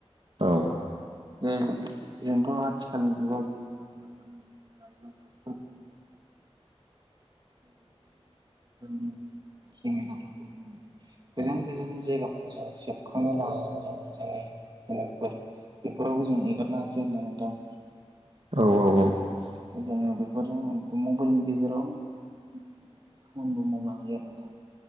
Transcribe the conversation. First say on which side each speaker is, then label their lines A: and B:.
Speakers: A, on the right; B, on the right.
A: औ
B: बे जोंथ' आथिखालनि जुगाव जे नुनो मोनो ज जोंना इउटुब <unintelligible> <unintelligible> केमेराफोरखौ जोङो गोजान गोजान जायगाफोरखौ जों सेभ खांनो लानानै जोङो जोंनि इउटुब चेनेलफोर बेफोरावबो जों एगारनो हासै आरोना नोंथां?
A: औ औ औ।
B: जोङो बेफोरजों मबाइलनि गेजेरावनो जों बिनो खामानिबो मावनो हायो आरो नोंथां।